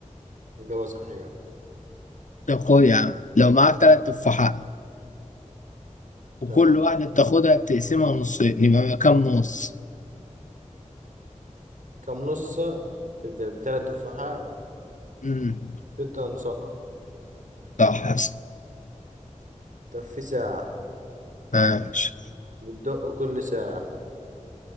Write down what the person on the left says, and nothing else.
طب خد يا عم لو معاك تلات تفاحات وكل
واحدة بتاخدها بتقسمها نصين يبقى كام نص؟
امم
صح يا اسطى
ماشي